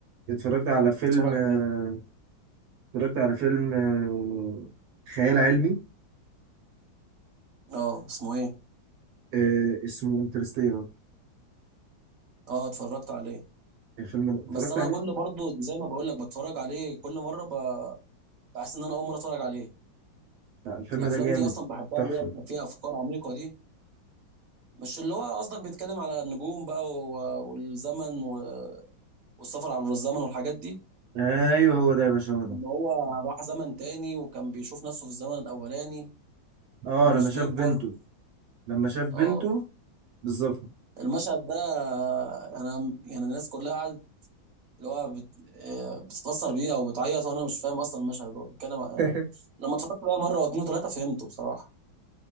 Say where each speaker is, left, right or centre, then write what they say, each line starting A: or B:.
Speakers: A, on the right; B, on the right.
A: اتفرجت على فيلم
B: اتفرج
A: آه،
B: عليه
A: اتفرجت على فيلم آه، خيال علمي
B: اه اسمه ايه
A: آه، اسمه انترستيلر
B: اه اتفرجت عليه
A: الفيلم ده اتفرجت
B: بس انا
A: عليه
B: كل برضو زي ما بقول لك بتفرج عليه كل مره ب... بحس ان انا اول مره اتفرج عليه
A: لا الفيلم
B: الافلام
A: ده جامد
B: دي اصلا بحبها
A: تحفة
B: اللي هي بيبقى فيها افكار عميقه دي مش اللي هو قصدك بيتكلم على النجوم بقى و- والزمن و- والسفر عبر الزمن والحاجات دي
A: ايوه هو ده يا باشا هو ده
B: ان هو راح زمن تاني وكان بيشوف نفسه في الزمن الاولاني
A: اه
B: ومش
A: لما شاف
B: بيكبر
A: بنته لما شاف بنته
B: اه
A: بالظبط
B: المشهد ده انا يعني الناس كلها قعدت اللي هو بت... آه، بتتأثر بيه او بتعيط وانا مش فاهم اصلا المشهد هو بيتكلم آه،
A: <laughs>
B: لما اتفرجت بقى مره واتنين وتلاته فهمته بصراحه